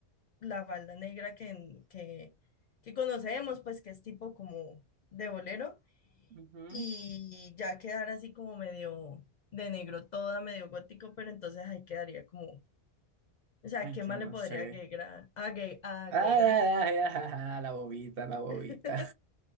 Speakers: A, on the left (about 55°); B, on the right (about 65°).
A: la falda negra que, que, que conocemos, pues que es tipo como de bolero
B: ujú.
A: y ya quedar así como medio de negro toda, medio gótico, pero entonces ahí quedaría como, o sea,
B: Ay,
A: ¿qué
B: yo
A: más
B: no
A: le podría
B: sé.
A: agregar? agre- agregar?
B: Ay, ay, ay, ay, ay, <laughs> la bobita, la bobita.
A: <laughs>